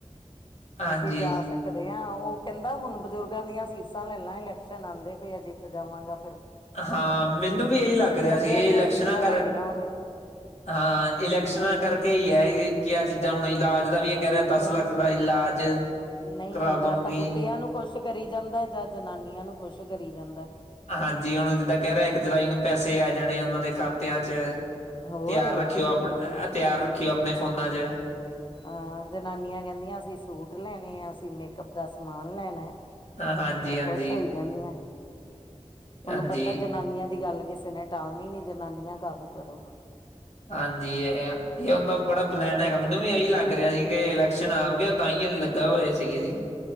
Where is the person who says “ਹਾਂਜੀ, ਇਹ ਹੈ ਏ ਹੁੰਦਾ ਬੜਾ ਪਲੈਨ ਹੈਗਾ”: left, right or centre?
Left